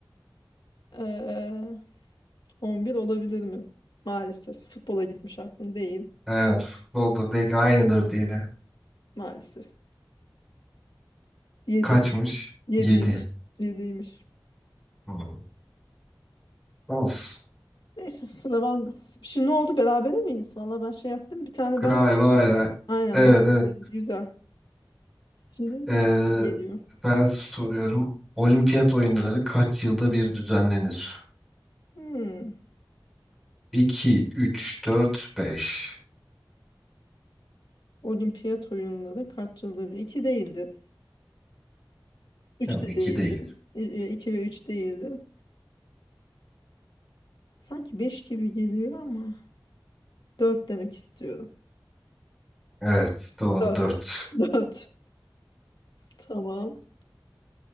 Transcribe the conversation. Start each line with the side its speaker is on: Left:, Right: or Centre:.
Left: Ee, 11 olabilir mi? Maalesef. Futbola gitmiş aklın değil.
Centre: Evet. Futbolda belki aynıdır diye.
Left: Maalesef. yedi
Centre: Kaçmış?
Left: yediymiş
Centre: yedi.
Left: yediymiş.
Centre: Hmm. Of.
Left: Neyse sıra ben. Şimdi ne oldu? Berabere miyiz? Valla ben şey yaptım. Bir tane
Centre: Galiba
Left: ben.
Centre: öyle.
Left: Aynen
Centre: Evet
Left: beraberiz.
Centre: evet.
Left: Güzel. Şimdi
Centre: Ee,
Left: senden geliyor.
Centre: ben soruyorum. Olimpiyat oyunları kaç yılda bir düzenlenir?
Left: Hmm.
Centre: 2, 3, 4, 5.
Left: Olimpiyat oyunları kaç yılda bir? 2 değildi. 3
Centre: Yok
Left: de
Centre: iki
Left: değildi.
Centre: değil.
Left: 2 ve 3 değildi. Sanki 5 gibi geliyor ama dört demek istiyorum.
Centre: Evet doğru
Left: 4.
Centre: dört.
Left: <laughs> 4. Tamam.